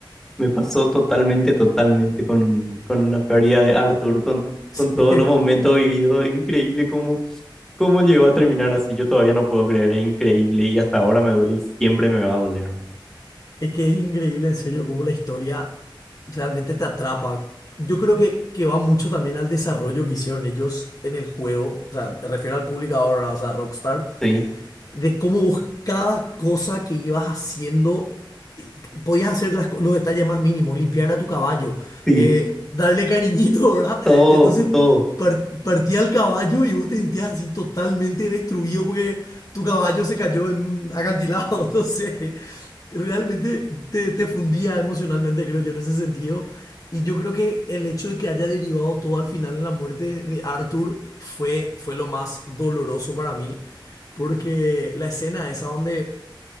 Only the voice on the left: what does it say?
<laughs>
Es que es increíble, en serio, cómo la historia realmente te atrapa. Yo creo que, que va mucho también al desarrollo que hicieron ellos en el juego. O sea, me refiero al publicador, o sea, Rockstar
de cómo vos cada cosa que ibas haciendo, eh, podías hacer las co- los detalles más mínimos, limpiar a tu caballo,
eh, darle cariñito, <laughs> ¿verdad?
Entonces
par- partía el caballo y vos te sentías así totalmente destruido porque tu caballo se cayó en un acantilado, <laughs> entonces realmente te, te fundía emocionalmente, creo yo, en ese sentido. Y yo creo que el hecho de que haya derivado todo al final en la muerte de Arthur fue, fue lo más doloroso para mí. Porque la escena esa donde,